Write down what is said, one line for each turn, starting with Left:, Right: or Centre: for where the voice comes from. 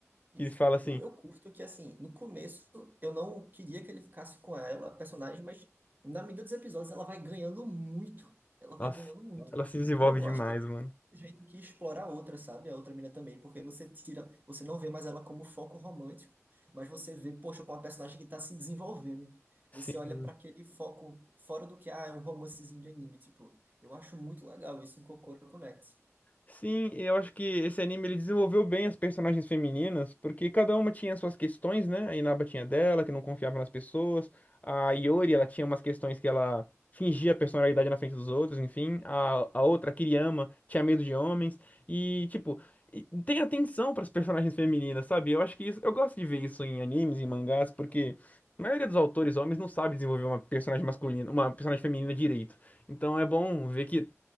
Right: Isso.
Left: que fala assim,
Right: Eu, eu curto que, assim, no começo eu não queria que ele ficasse com ela, a personagem, mas na medida dos episódios ela vai ganhando muito. Ela
Left: nossa,
Right: vai ganhando muito.
Left: ela se desenvolve
Right: E eu gosto
Left: demais,
Right: do
Left: mano.
Right: jeito que explora a outra, sabe? A outra mina também, porque você tira, você não vê mais ela como foco romântico, mas você vê, poxa, com uma personagem que tá se desenvolvendo.
Left: Sim.
Right: Você olha para aquele foco fora do que, ah, é um romancezinho de anime, tipo, eu acho muito legal isso em Kokoro Connects.
Left: Sim, eu acho que esse anime ele desenvolveu bem as personagens femininas, porque cada uma tinha suas questões, né? A Inaba tinha dela, que não confiava nas pessoas. A Iori, ela tinha umas questões que ela fingia personalidade na frente dos outros, enfim. A, a outra, a Kiriyama, tinha medo de homens. E, tipo, e tem atenção para as personagens femininas, sabe? Eu acho que isso, eu gosto de ver isso em animes, em mangás, porque a maioria dos autores homens não sabe desenvolver uma personagem masculina, uma personagem feminina direito. Então é bom ver que